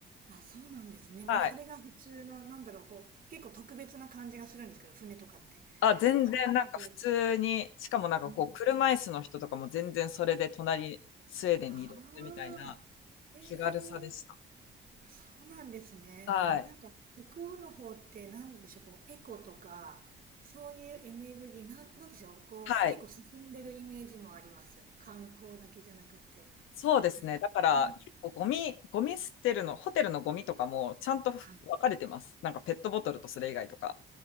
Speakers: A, on the right (about 45°); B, on the left (about 85°).
A: あ、そうなんですね。
B: はい。
A: もうそれが普通の、なんだろう、こう、結構特別な感じがするんですけど、船とかって。
B: あ、全然なんか普通に、
A: そんなわけなく。
B: しかもなんかこう、
A: うん。
B: 車椅子の人とかも全然それで隣、スウェーデンにいるみたいな
A: ああ、ええ
B: 気軽さでした。
A: そうなんですね。
B: はい。
A: なんか、北欧の方ってなんでしょう、こう、エコとか、そういうエネルギー、なん、なんでしょう、こう、
B: はい。
A: 結構進んでるイメージもあります。観光だけじゃなくて。
B: そうですね。
A: なんか、
B: だから、
A: ね、
B: 結構ゴミ、ゴミ捨てるの、ホテルのゴミとかもちゃんと分かれてます。
A: はい。
B: なんかペットボトルとそれ以外とか。